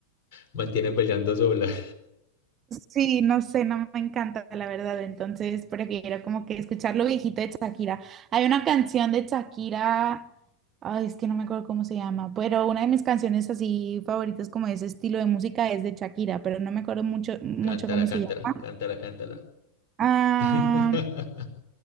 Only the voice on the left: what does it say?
Mantiene peleando sola. <laughs>
Cántala,
cántala,
cántala, cántala.
<laughs>